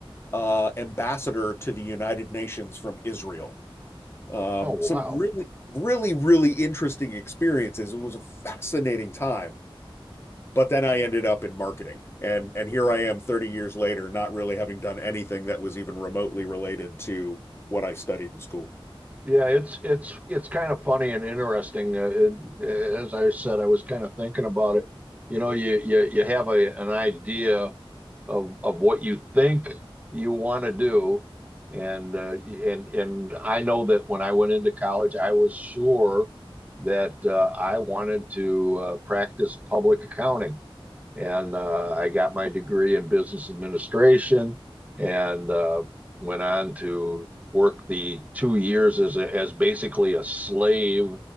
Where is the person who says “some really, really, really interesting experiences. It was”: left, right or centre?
Left